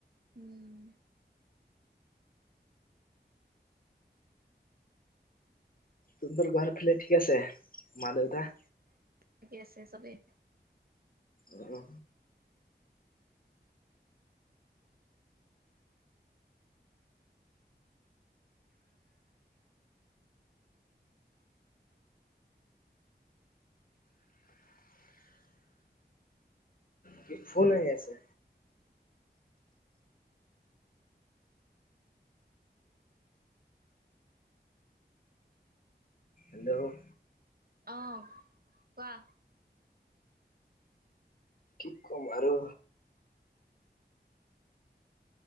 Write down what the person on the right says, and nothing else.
উম।
ঠিকে আছে চবেই।
আহ, কোৱা।